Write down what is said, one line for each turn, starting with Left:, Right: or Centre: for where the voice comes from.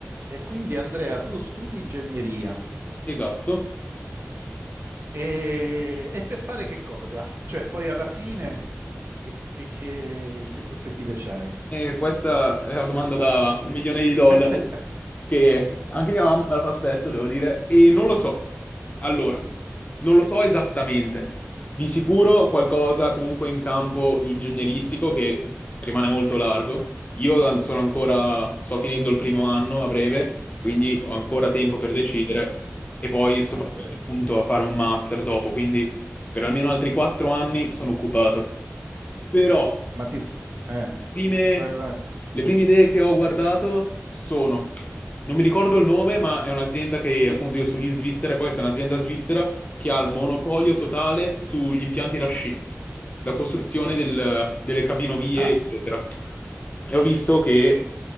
Right: E quindi Andrea, tu studi ingegneria
Left: Esatto,
Right: e, e per fare che cosa? Cioè, poi alla fine che, che- che- che prospettive c'hai?
Left: e questa è la domanda da un milione di dollari
Right: <laughs>
Left: che anche mia mamma me la fa spesso, devo dire, e non lo so. Allora, non lo so esattamente. Di sicuro qualcosa comunque in campo ingegneristico che rimane molto largo. Io an- sono ancora, sto finendo il primo anno a breve, quindi ho ancora tempo per decidere e poi soprattutto
Right: Ah, beh,
Left: appunto a fare un master dopo, quindi per almeno altri quattro anni sono occupato. Però
Right: ma ti... s- eh,
Left: prime-
Right: vai, vai.
Left: le prime idee che ho guardato sono, non mi ricordo il nome, ma è un'azienda che appunto io studio in Svizzera, questa è un'azienda svizzera che ha il monopolio totale sugli impianti da sci, la costruzione del- delle cabinovie,
Right: Ah,
Left: eccetera. E ho visto che